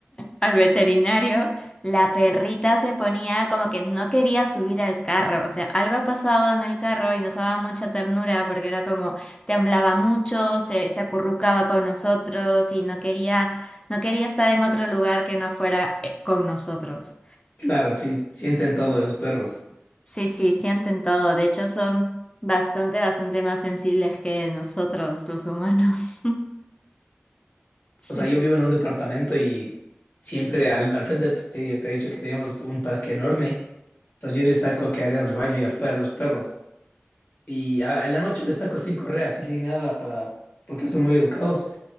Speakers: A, on the left (about 20°); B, on the left (about 40°).
A: al veterinario, la perrita se ponía como que no quería subir al carro, o sea, algo ha pasado en el carro y nos daba mucha ternura porque era como temblaba mucho, se, se acurrucaba con nosotros y no quería, no quería estar en otro lugar que no fuera eh, con nosotros.
B: Claro, sí, sienten todo esos perros.
A: Sí, sí, sienten todo. De hecho, son bastante, bastante más sensibles que nosotros, los humanos. <laughs> Sí.
B: O sea, yo vivo en un departamento y siempre al, al frente te, te- te he dicho que teníamos un parque enorme. Entonces yo les saco que hagan el baño y afuera a los perros. Y a- en la noche les saco sin correas y sin nada para, porque son muy educados.